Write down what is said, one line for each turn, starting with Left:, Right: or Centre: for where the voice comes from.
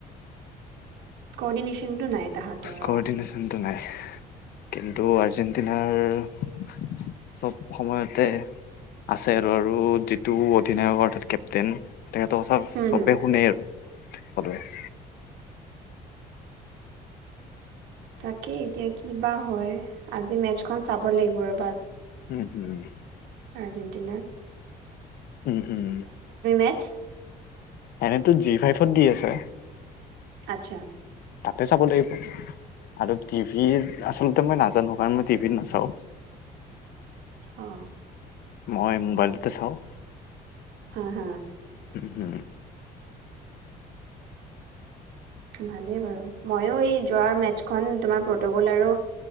Right: কৰ্ডিনেচনটো নাই তাহাঁতৰ
Left: কৰ্ডিনেশ্যনটো
Right: অ
Left: নাই কিন্তু আৰ্জেণ্টিনাৰ চব সময়তে আছে আৰু আৰু যিটো অধিনায়ক অৰ্থাৎ কেপ্টেইন তেখেতৰ কথা
Right: হম
Left: চবে
Right: হম
Left: শুনে আৰু সকলোৱে <inaudible>
Right: তাকে এতিয়া কিবা হয় আজি মেচখন চাব লাগিব ৰ'বা।
Left: উম উমহ
Right: আৰ্জেণ্টিনাৰ
Left: উম উম
Right: মেটচ
Left: এনেটো জি ফাইফত দি আছে।
Right: আচ্ছা
Left: তাতে চাব লাগিব আৰু টিভিত আচলতে মই নাজানো কাৰণ মই টিভিত নাচাওঁ
Right: অ
Left: মই মোবাইলতে চাওঁ
Right: হা হা
Left: উম হুম
Right: ভালেই বাৰু ময়ো এই যোৱাৰ মেতচখন তোমাৰ পৰ্টুগোল আৰু